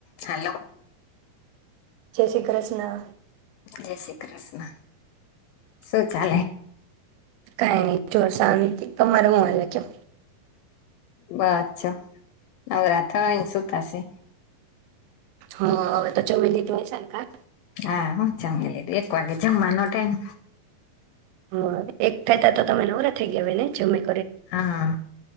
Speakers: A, on the left; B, on the right.
A: Hello.
B: જય શ્રી કૃષ્ણ.
A: જય શી કૃષ્ણ. શું ચાલે?
B: કાય નય જો સાંતિ. તમારે હૂ હાલે ક્યો?
A: બ છો નવરા થઈ ન સુતા સે.
B: હા, હવે તો જમી લીધું હયસે ન કા?
A: હા હું જમી લીધું એક વાગે જમવાનો ટાઈમ.
B: હમ્મ, એક થતા તો તમે નવરા થઈ ગયા હોય ને જમીન.
A: હા.